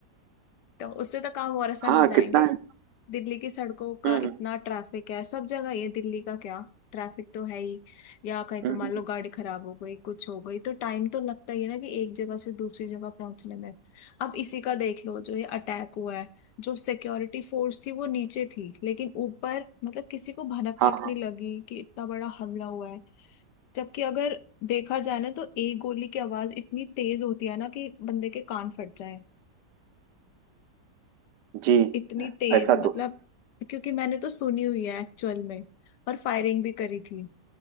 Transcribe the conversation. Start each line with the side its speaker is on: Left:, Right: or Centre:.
Left: तो उससे तो काम और आसान
Right: हाँ
Left: हो जाएंगे
Right: कितना है
Left: दिल्ली की सड़कों का
Right: हम्म
Left: इतना
Right: हम्म
Left: ट्रैफिक है सब जगह ये दिल्ली का क्या ट्रैफिक तो है ही या कहीं
Right: हम्म,
Left: पे
Right: हम्म,
Left: मान लो गाड़ी खराब हो गई कुछ हो गई तो टाइम तो लगता ही है ना कि एक जगह से दूसरी जगह पहुंचने में अब इसी का देख लो जो ये अटैक हुआ है जो सिक्योरिटी फोर्स थी वो नीचे थी लेकिन ऊपर मतलब किसी को भनक
Right: हाँ
Left: तक
Right: हाँ
Left: नहीं लगी कि इतना बड़ा हमला हुआ है जबकि अगर देखा जाए ना तो एक गोली की आवाज इतनी तेज होती है ना कि बंदे के कान फट जाए
Right: जी
Left: इतनी तेज
Right: ऐसा
Left: मतलब
Right: तो है
Left: क्योंकि मैंने तो सुनी हुई है एक्चुअल में और फायरिंग भी करी थी